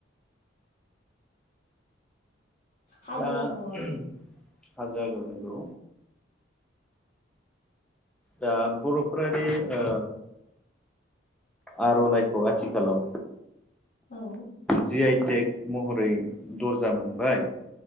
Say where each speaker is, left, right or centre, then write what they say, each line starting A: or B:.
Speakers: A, on the left (about 40°); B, in the centre.
A: हाजो
B: दा
A: आगर
B: उम हाजो आगर नोंगौ दा बर'फादि ओ आर'नाइखौ आथिखालाव
A: औ।
B: जि आइ टेक महरै दर्जा मोनबाय